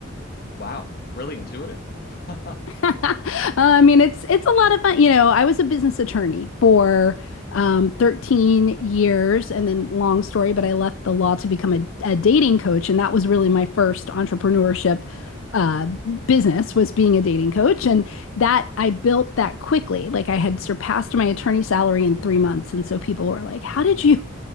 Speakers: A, on the left (about 45°); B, on the left (about 70°).
A: Wow, really intuitive. <laughs>
B: <laughs> I mean, it's it's a lot of fun. You know, I was a business attorney for um, 13 years, and then long story, but I left the law to become a, a dating coach, and that was really my first entrepreneurship uh, business was being a dating coach, and that I built that quickly. Like I had surpassed my attorney salary in three months, and so people were like, "How did you?"